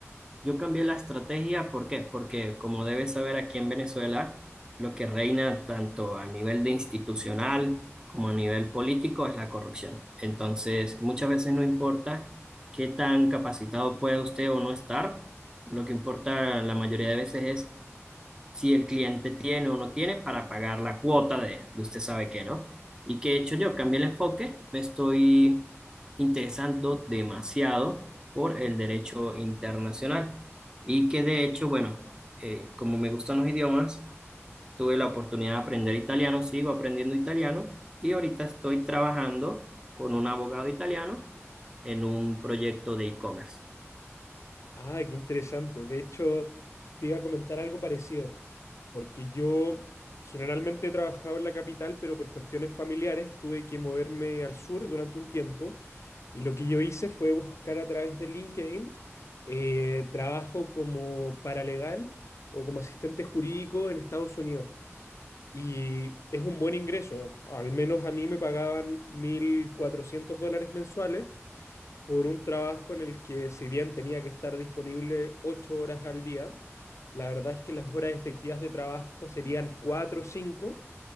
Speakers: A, on the right (about 15°); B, on the left (about 75°).
A: yo cambié la estrategia, ¿por qué? Porque como debes saber aquí en Venezuela, lo que reina tanto a nivel de institucional como a nivel político es la corrupción. Entonces, muchas veces no importa qué tan capacitado pueda usted o no estar, lo que importa la mayoría de veces es si el cliente tiene o no tiene para pagar la cuota de, de usted sabe qué, ¿no? ¿Y qué he hecho yo? Cambié el enfoque, me estoy interesando demasiado por el derecho internacional y que de hecho, bueno, eh, como me gustan los idiomas, tuve la oportunidad de aprender italiano, sigo aprendiendo italiano y ahorita estoy trabajando con un abogado italiano en un proyecto de e-commerce.
B: Ah, qué interesante. De hecho, te iba a comentar algo parecido. porque yo generalmente he trabajado en la capital, pero por cuestiones familiares tuve que moverme al sur durante un tiempo. Y lo que yo hice fue buscar a través de LinkedIn eh, trabajo como paralegal o como asistente jurídico en Estados Unidos. Y es un buen ingreso. Al menos a mí me pagaban 1.400 dólares mensuales por un trabajo en el que si bien tenía que estar disponible ocho horas al día, la verdad es que las horas efectivas de trabajo serían cuatro o cinco,